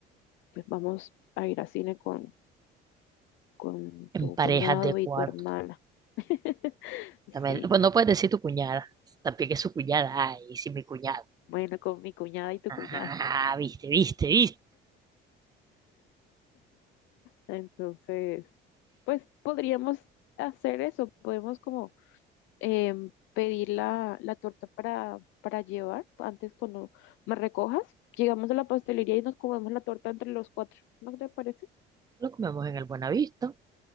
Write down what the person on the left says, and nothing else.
pues vamos a ir a cine con, con
tu
cuñado
y tu hermana. <laughs> Sí,
bueno, con mi cuñada y tu
cuñado.
Entonces, pues podríamos hacer eso, podemos como em, pedir la, la torta para, para llevar antes cuando me recojas. Llegamos a la pastelería y nos comemos la torta entre los cuatro. ¿No te parece?